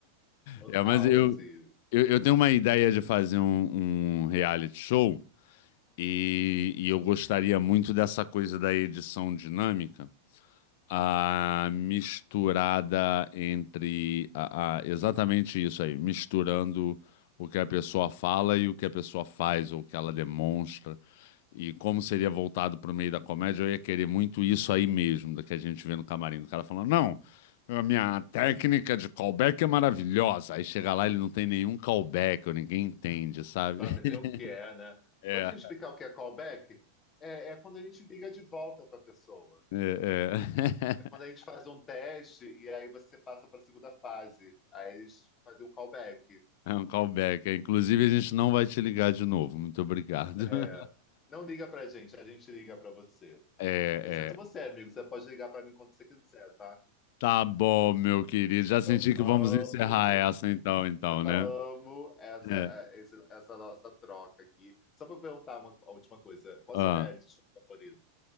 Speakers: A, on the left (about 25°); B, on the left (about 50°).
A: total,
B: É, mas eu,
A: assim,
B: eu, eu tenho uma ideia de fazer um, um reality show e, e eu gostaria muito dessa coisa da edição dinâmica. A misturada entre. A, a- exatamente isso aí, misturando o que a pessoa fala e o que a pessoa faz, ou o que ela demonstra. E como seria voltado para o meio da comédia, eu ia querer muito isso aí mesmo, da que a gente vê no camarim. O cara falando, não, a minha técnica de callback é maravilhosa. Aí chega lá, ele não tem nenhum callback, ou ninguém entende, sabe?
A: sabe
B: <laughs>
A: nem o que é, né?
B: É,
A: Pode me explicar o que é callback? É, é quando a gente liga de volta para a pessoa.
B: é, é.
A: quando
B: <laughs>
A: a gente faz um teste e aí você passa para a segunda fase, aí eles fazem o callback.
B: É um callback. é. Inclusive, a gente não vai te ligar de novo. Muito obrigado.
A: É,
B: <laughs>
A: não liga para a gente, a gente liga para você.
B: É,
A: Exceto você,
B: é.
A: amigo, você pode ligar para mim quando você quiser, tá?
B: Tá bom, meu querido. Já senti
A: Eu
B: que
A: amo,
B: vamos encerrar essa então, então, né?
A: amo essa,
B: É.
A: é, esse- essa nossa troca aqui. Só para perguntar uma, a última coisa, qual
B: Ah,
A: é o seu reality show favorito?